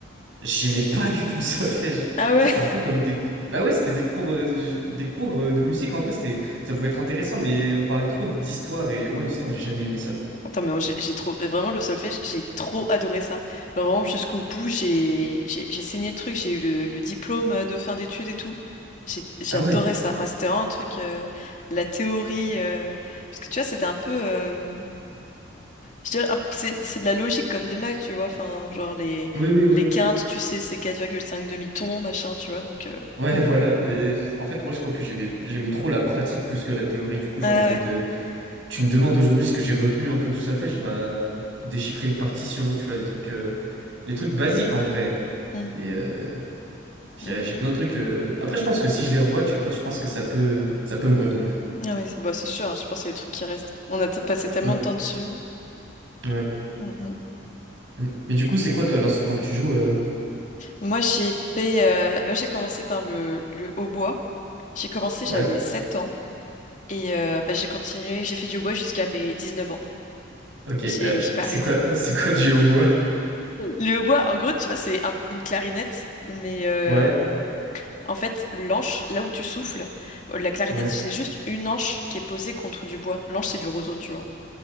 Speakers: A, on the right (about 70°); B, on the left (about 40°).
A: j'aimais pas du tout le <laughs> solfège. Tu
B: Ah ouais,
A: sais, c'était un peu comme des... Bah ouais, c'était des cours, euh, de- des cours euh, de musique en vrai, c'était... ça pouvait être intéressant, mais on parlait trop d'histoire et moi, l'histoire, j'ai jamais aimé ça.
B: Attends, mais moi, j'ai j'ai trop, euh, vraiment le solfège, j'ai trop adoré ça. Genre vraiment jusqu'au bout, j'ai, j'ai, j'ai saigné le truc, j'ai eu le, le diplôme euh, de fin d'études et tout. J'ai, j'adorais
A: Ah ouais,
B: ça. Ouais, c'était vraiment un truc, euh, la théorie, euh, parce que tu vois, c'était un peu, euh, je dirais, un- c'est, c'est de la logique comme des maths, tu vois. Enfin, genre les,
A: oui, oui, oui,
B: les
A: oui.
B: quintes, tu sais, c'est 4,5 demi-tons, machin, tu vois. Donc, euh,
A: Ouais, <laughs> voilà, mais en fait, moi, je crois que j'aimais j'aimais trop la pratique plus que la théorie. Du coup,
B: ah
A: genre en mode,
B: ouais.
A: euh, tu me demandes aujourd'hui ce que j'ai retenu un peu du solfège, bah, déchiffrer une partition, tu vois, les trucs, euh, les trucs basiques en vrai.
B: Mm,
A: Mais euh, puis,
B: mm.
A: euh, j'ai plein de trucs. euh, Après, je pense que si je les revois, tu vois, je pense que ça peut, ça peut me revenir.
B: Ah oui, c'est bah, c'est sûr, hein, je pense que c'est les trucs qui restent. On a t- passé tellement
A: Ouais,
B: de temps dessus.
A: ouais.
B: Mm, mm.
A: Mm. Mais du coup, c'est quoi toi l'instrument que tu joues euh,
B: Moi, j'ai fait, euh, euh, j'ai commencé par le, le hautbois. J'ai commencé,
A: Ouais.
B: j'avais 7 ans et euh, bah, j'ai continué, j'ai fait du hautbois jusqu'à mes 19 ans.
A: Ok.
B: J'ai,
A: euh, je-
B: j'ai pas
A: c'est
B: arrêté.
A: quoi, <laughs> c'est quoi du hautbois?
B: Le hautbois, en gros, tu vois, c'est un- une clarinette, mais euh,
A: Ouais,
B: en fait, l'anche, là où tu souffles, la clarinette,
A: ouais,
B: c'est juste une anche qui est posée contre du bois. L'anche, c'est du roseau, tu vois.